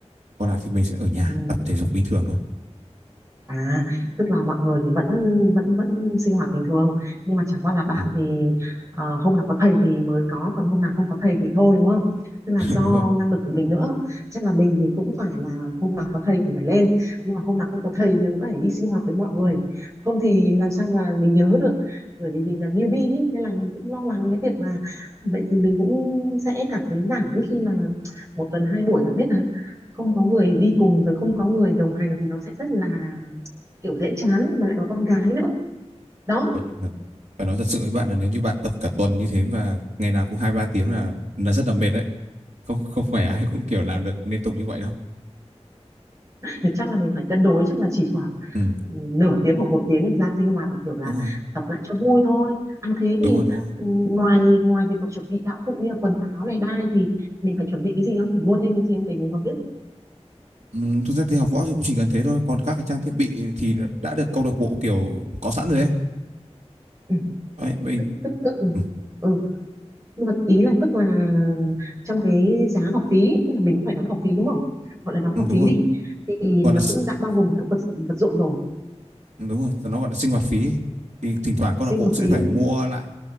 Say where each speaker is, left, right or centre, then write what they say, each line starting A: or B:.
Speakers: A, on the right; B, on the right.
A: còn lại thì mình sẽ ở nhà
B: ừ.
A: tập thể dục bình thường thôi
B: À, tức là mọi người thì vẫn vẫn vẫn sinh hoạt bình thường nhưng mà chẳng qua là bạn
A: ừ.
B: thì ờ, hôm nào có thầy thì mới có còn hôm nào không có thầy thì thôi đúng không? Tức là
A: <laughs>
B: do
A: đúng rồi
B: năng lực của mình nữa. Chắc là mình thì cũng phải là hôm nào có thầy thì phải lên nhưng mà hôm nào không có thầy thì cũng phải đi sinh hoạt với mọi người. Không thì làm sao mà mình nhớ được bởi vì mình là newbie ý, nên là mình cũng lo lắng cái việc là vậy thì mình cũng sẽ cảm thấy nản ấy khi mà một tuần hai buổi bạn biết là không có người đi cùng rồi không có người đồng hành thì nó sẽ rất là kiểu dễ chán ấy, mà lại có con gái nữa đó
A: Có phải nói thật sự với bạn là nếu như bạn tập cả tuần như thế và ngày nào cũng hai ba tiếng là là rất là mệt đấy không không phải ai cũng kiểu làm được liên tục như vậy đâu
B: thì chắc là mình phải cân đối chắc là chỉ khoảng
A: ừ.
B: ừ, nửa tiếng hoặc một tiếng ra sinh hoạt kiểu là
A: đúng rồi
B: tập lại cho vui thôi à thế thì
A: đúng rồi đúng rồi
B: ừ, ngoài ngoài việc mà chuẩn bị đạo cụ như là quần áo này đai thì mình phải chuẩn bị cái gì không mình mua thêm cái gì không để mình còn biết
A: ừ. thực ra thì học võ thì cũng chỉ cần thế thôi còn các cái trang thiết bị thì nó đã được câu lạc bộ kiểu có sẵn rồi đấy,
B: ừ,
A: đấy mình
B: tức tức tức ừ.
A: ừ.
B: ừ. nhưng mà ý là tức là trong cái giá học phí tức là mình cũng phải đóng học phí đúng không gọi là đóng
A: ừ,
B: học
A: đúng
B: phí
A: rồi
B: đi thì
A: còn
B: nó
A: là s-
B: cũng đã bao gồm các vật vật dụng rồi
A: đúng rồi nó gọi là sinh hoạt phí ấy. thì thỉnh thoảng câu
B: sinh
A: lạc bộ
B: hoạt
A: sẽ
B: phí
A: phải mua lại